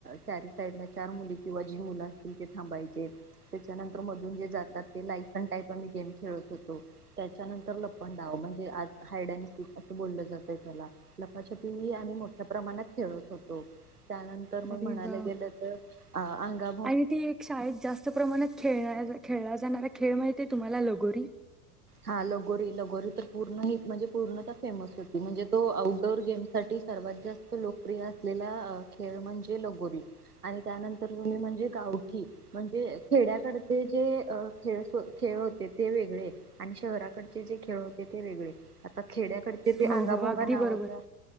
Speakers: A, on the right; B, in the centre.
A: चार साईड ला चार मुली किंवा जी मुलं असतील ते थांबायचे. त्याच्यानंतर मधून जे जातात ते लाईफ अन काही पण गेम खेळत होतो. त्याच्यानंतर लपंडाव, म्हणजे आज हाईड आणि सिक असं बोललं जातं त्याला. लपाछपी आम्ही मोठ्या प्रमाणात खेळत होतो. त्यानंतर तर मग
B: अरे
A: म्हणायला
B: वा!
A: गेलं तर अंगा
B: आणि ती एक शाळेत जास्त प्रमाणात खेळ खेळला जाणारा खेळ माहिती आहे तुम्हाला? लगोरी.
A: हा लगोरी. लगोरी तर पूर्ण ही म्हणजे पुर्णता फेमस होती. म्हणजे तो आउटडोर गेम साठी सर्वात जास्त त लोकप्रिय असलेला खेळ म्हणजे लगोरी. आणि त्यानंतर जुनी म्हणजे गावकी. म्हणजे खेड्याकडचे जे खेळ, खेळ होते ते वेगळे. आणि शहराकडचे जे खेळ होते ते वेगळे. आता खेड्याकडचे ते
B: हो,
A: अंगाभोंगा
B: हो. अगदी
A: नावाचा,
B: बरोबर.